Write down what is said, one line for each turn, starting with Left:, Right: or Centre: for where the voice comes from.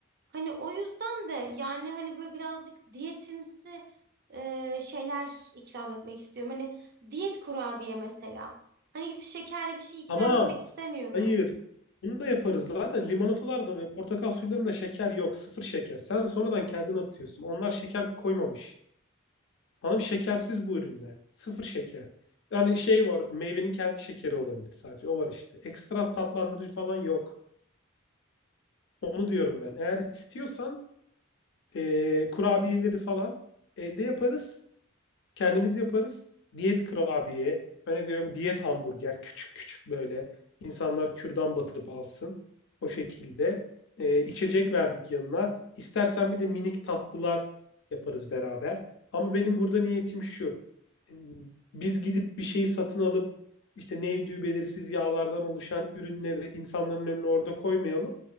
Right: Hani o yüzden de yani hani böyle birazcık diyetimsi e, şeyler ikram etmek istiyorum. Hani diyet kurabiye mesela. Hani gidip şekerli bir şey ikram
Left: Tamam.
Right: etmek istemiyorum.
Left: Hayır. Bunu da yaparız. Zaten limonatalarda ve portakal sularında şeker yok. Sıfır şeker. Sen sonradan kendin atıyorsun. Onlar şeker koymamış. Hanım şekersiz bu ürünler. Sıfır şeker. Yani şey var. Meyvenin kendi şekeri olabilir sadece. O var işte. Ekstra tatlandırıcı falan yok. Onu diyorum ben. Eğer istiyorsan eee, kurabiyeleri falan elde yaparız. Kendimiz yaparız. Diyet kurabiye, örnek veriyorum diyet hamburger, küçük küçük böyle insanlar kürdan batırıp alsın. O şekilde Ee, içecek verdik yanına. İstersen bir de minik tatlılar yaparız beraber. Ama benim burada niyetim şu. Ee, Biz gidip bir şeyi satın alıp işte neydi belirsiz yağlardan oluşan ürünleri insanların önüne orada koymayalım.